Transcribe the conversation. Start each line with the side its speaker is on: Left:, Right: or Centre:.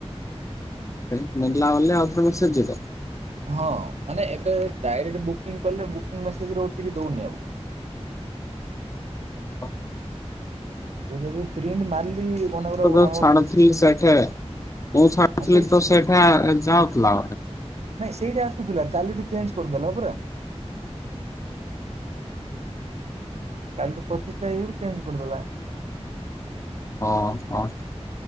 Left: <unintelligible> ଆଉ ଥରେ ମେସେଜ୍ ଯିବ
Right: ହଁ ମାନେ ଏବେ ଡାଇରେକ୍ଟ ବୁକିଂ କଲେ ବୁକିଂ ମେସେଜର ଓ ଟି ପି ଦୋଉନି ଆଉ।
Left: ଅ
Right: ଏବେ ଯଦି ପ୍ରିଣ୍ଟ ମାରିଲି ମନେକର
Left: <unintelligible>
Right: ଆମ
Left: ଶାଖା
Right: ସିସ୍
Left: ମୁଁ ଛାଡୁଥିଲି
Right: ହଁ ସେ
Left: ତ ସେଇଠା ଯାଉଥିଲା
Right: ସେଇଠା ଆସୁଥିଲା କାଲିଠୁ ଚେଞ୍ଜ କରିଦେଲା ପରା। ତାଙ୍କୁ ପଚିଶ ତାରିଖରୁ ଚେଞ୍ଜ କରିଦେଲା।
Left: ଅହ।